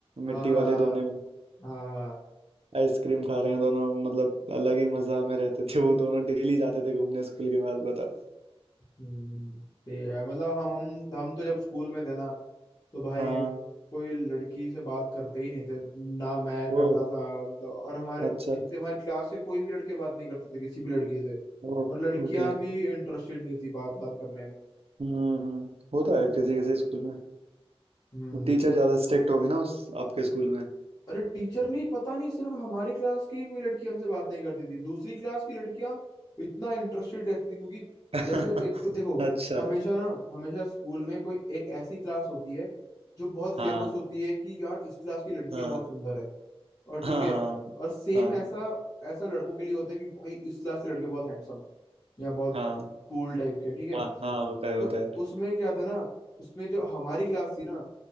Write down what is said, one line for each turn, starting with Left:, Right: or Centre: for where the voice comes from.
Left: हाँ
Right: मिट्टी
Left: हाँ
Right: वाले दोने में
Left: हाँ हाँ, हाँ।
Right: आइसक्रीम खा रहे हैं दोनों मतलब अलग ही मजा में रहते थे वो दोनों डेली जाते थे घूमने स्कूल के बाद बताओ
Left: हम्म ठीक है मतलब हम हम हम तो जब स्कूल में थे ना तो भाई
Right: हाँ
Left: कोई लड़की से बात करते ही नहीं थे ना मैं करता
Right: ओ
Left: था मतलब और हमारे
Right: अच्छा
Left: जितने हमारी क्लास के कोई भी लड़के बात नहीं करते थे किसी भी लड़के से
Right: ओ
Left: और लड़कियां
Right: ओके
Left: भी इंटरेस्टेड नहीं थी बात बात करने में
Right: हम्म होता है किसी किसी स्कूल में
Left: हम्म
Right: वो टीचर ज्यादा स्ट्रिक्ट होगी ना उस आपके स्कूल में
Left: अरे टीचर नहीं पता नहीं सिर्फ हमारी क्लास की कोई लड़की हमसे बात नहीं करती थी दूसरी क्लास की लड़कियां इतना इंटरेस्टेड रहती थी क्योंकि
Right: <laughs>
Left: जैसे एक को देखो
Right: अच्छा
Left: हमेशा ना हमेशा स्कूल में कोई एक ऐसी क्लास होती है जो बहुत
Right: हाँ
Left: फेमस होती है कि यार इस क्लास की लड़कियां
Right: हाँ
Left: बहुत सुंदर है और
Right: हाँ
Left: ठीक है
Right: हाँ
Left: और सेम
Right: हाँ
Left: ऐसा ऐसा लड़कों के लिए होता है कि भाई इस क्लास के लड़के बहुत हैंडसम है या बहुत
Right: हाँ
Left: कूल टाइप के हैं, ठीक है
Right: हाँ हाँ होता है
Left: तो
Right: होता है
Left: उसमें क्या था ना उसमें जो हमारी क्लास थी ना